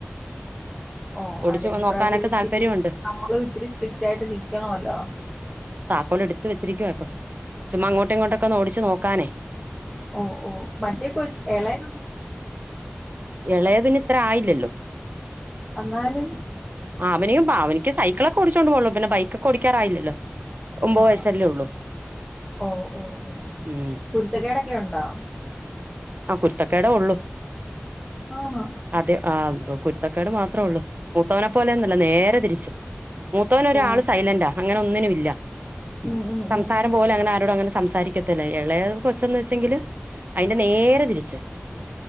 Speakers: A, in the centre; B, on the right.
A: ഓ
B: ഓടിച്ചു
A: അല്ലെ ഈ
B: നോക്കാനൊക്കെ
A: പ്രായത്തിൽ ഇച്ചിരി
B: താല്പര്യമുണ്ട്
A: നമ്മളും ഇത്തിരി സ്ട്രിക്റ്റ് ആയിട്ട് നിക്കണല്ലോ?
B: കോല്എടുത്തു വെച്ചിരിക്കുവാ ഇപ്പം. ചുമ്മാ അങ്ങോട്ടു ഇങ്ങോട്ടൊക്കെ ഒന്ന് ഓടിച്ച്നോ ക്കാന്ന്
A: ഓ ഓ മറ്റേ കൊ ഇളയാണ്
B: ഇളയതിന് ആയില്ലല്ലോ
A: എന്നാലും
B: ആ അവനും ഭാവനക്ക് സൈക്കിളക്കെ ഓടിച്ചുകോണ്ട് പോകുള്ളൂപിന്നെ ബൈക്കെ ഓടാറായില്ലോ. ഒമ്പത്
A: ആ
B: വയസ്സല്ലേ ഉള്ളൂ.
A: ഓ ഓ ഓ
B: ഉം
A: കുരുത്തക്കേടൊക്കെ ഉണ്ടോ?
B: ആ കുരുത്തകേടേഉള്ളു
A: ആണോ
B: അതെ ആ കുരുത്തക്കാട് മാത്രേള്ളൂ മുത്തവനെ പോലെന്നല്ല നേരെ തിരിച്ച് മൂത്തവന ഒരാൾ
A: ഓ
B: സൈലന്റാ അങ്ങനെ ഒന്നിനും ഇല്ല
A: ഉം ഉം
B: സംസാരം
A: ഉം
B: പോലെ അങ്ങനെ ആരോടും അങ്ങനെ സംസാരിക്കത്തില്ല എളേ കൊച്ചെന്നന്ന് വെച്ചെങ്കിൽ അയ്ന്റെ നേരെ തിരിച്ച